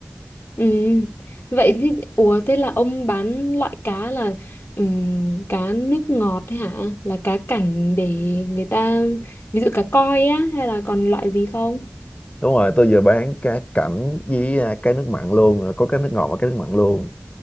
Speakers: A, on the left; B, on the left.
A: Ừ. Vậy thì ủa thế là ông bán loại cá là ừm, cá nước ngọt ấy hả? Là cá cảnh để người ta ví dụ cá koi á hay là còn loại gì không?
B: đúng rồi tôi vừa bán cá cảnh với à, cá nước mặn luôn à, có cá nước ngọt và cá nước mặn luôn